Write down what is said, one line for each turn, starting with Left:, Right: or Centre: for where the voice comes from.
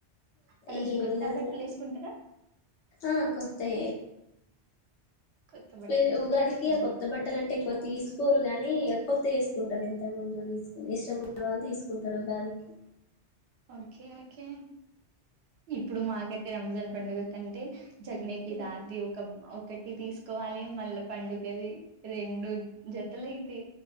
Right: ఆ రోజు
Left: ఏమున్నది
Right: కొత్త బట్టలు
Left: అలా.
Right: ఏసుకుంటారా
Left: ఆ కొత్త వే
Right: కొత్త బట్టలు
Left: ఇగా
Right: వేసుకుంటారా
Left: ఉగాదికి కొత్త బట్టలు అంటే కొ తీసుకోరు గాని ఎక్కువత్తే వేసుకుంటారు ఇంతకు ముందు తీసుకుని ఇష్టమన్న వాళ్ళు తీసుకుంటారు ఉగాది కి
Right: ఓకే ఓకే ఇప్పుడు మాక్ కైతే రంజాన్ పండుగ అంటే. చెగనేకి
Left: అవునా
Right: రాత్రి ఒక ఓ ఒకటి తీసుకోవాలి మళ్ళా పండుగది రెండు జతలైతే